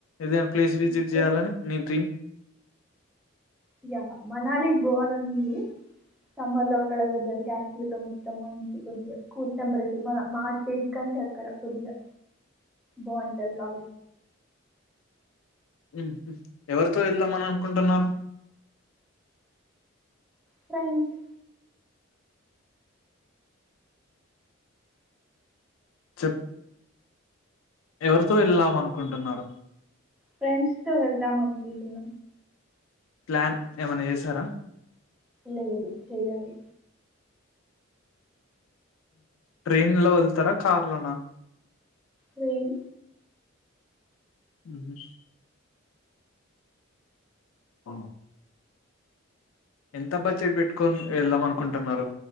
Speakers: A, on the left; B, in the centre.
A: ఏదైనా ప్లేస్ విజిట్
B: అందుకే
A: చేయాలని నీ డ్రీమ్
B: యా మనాలికి బోవాలని ఉంది సమ్మర్ లో అక్కడ వెదర్ కాశ్మీర్ లో మొత్తం మంచి కొద్దిగా కూల్ టెంపరేచర్ మన మా స్టేట్ కంటే అక్కడ కొద్దిగా బాగుంటాది కాబ
A: ఉ ఎవరితో వెళ్దామని అనుకుంటున్నారు
B: ఫ్రెండ్స్
A: చెప్ ఎవరితో వెళ్ళాం అనుకుంటున్నారు
B: ఫ్రెండ్స్ తో వెళ్దాం అనుకుంటున్న
A: ప్లాన్ ఏమన్న చేసారా
B: లేదు చేయాలి
A: ట్రైన్ లో వెళ్తారా కార్లనా
B: ట్రైన్
A: ఉహు ఆ ఎంత బడ్జెట్ పెట్టుకొని వెళ్దాం అనుకుంటున్నారు